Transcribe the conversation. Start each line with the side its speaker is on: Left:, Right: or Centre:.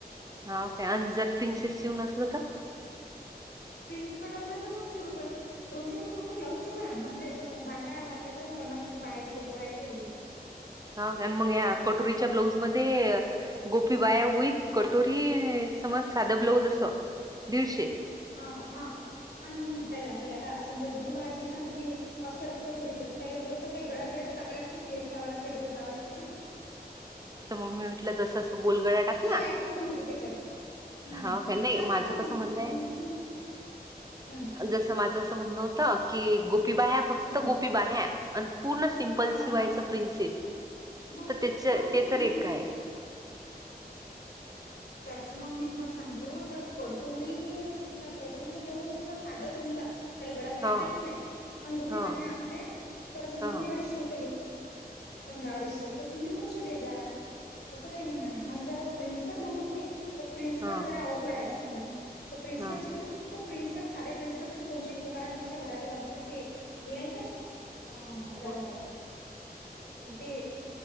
Right: हा का आणि जर प्रिन्सेस शिवून असलं तर
Left: हा प्रिन्स कट असेल तर दोनशे रुपय. दोनशे रुपये फ चे बरा म्हणजे बाह्या लागल्या तर मग पन्ना रुपयेहायची गोपीहाय वेळे
Right: हा मग या कटोरीच्या ब्लाऊज मध्ये गोपी बाह्या होईत कटोरी समज साध ब्लज अस दीडशे,
Left: हा हा आणि मग का आपल्याला आता समजा गोबी बाहा शिवसान तुम्ही अस्तरच कटोरीच तर त्या थोडं काही घडाबिड टाका लाग क्लेस लावा लागते डोर लावा लागते ना!
Right: तर मम्मी म्हटलं जस असं गोलगडा टाकल्या
Left: ते ऍड करून होते त्याच्यात हम्म
Right: हा काय नाही
Left: चालते
Right: माझं
Left: ना
Right: कसंबंद
Left: मग मग
Right: आहे
Left: तुम हम्म
Right: जसं माझं असं म्हणणं होतं की गोपीबाह्या फक्त
Left: हम्म
Right: गोपीबाह्या अन पूर्ण सिम्पल
Left: हा
Right: शिवायच
Left: हा
Right: प्रिन्सेस
Left: मग
Right: तर त्याच
Left: हा मग
Right: त्याचा रेट
Left: मग
Right: काय आहे. हो
Left: त्याच मग मी तुम्हाला सांगतो जर कटोरी समजा कटोरीच ब्लाऊज असलं साधं समजा त्याला गडाबिडा
Right: हा
Left: काहीच नाही, पण गोपी
Right: हा
Left: बाहे्या असल्या तर समजा
Right: हा
Left: मी अडीचशे रुपये घेतो. समजा अडीचशे तर तुम्ही दोनशे दे जा असं काही म्हणं नाही आणि जर प्रिन्सकोट म्हटलं तुम्ही, त प्रिन्स
Right: हा
Left: कट जरा अवघड ये समजा तर प्रिन्स
Right: हा
Left: कट ची मी फक्त प्रिन्स साध्या प्रिनंसकटच दोनशे घेतो कारण तुमच्या घराच्या बाजूलाच ते हे नाही का? हा आपला.
Right: कोण
Left: ते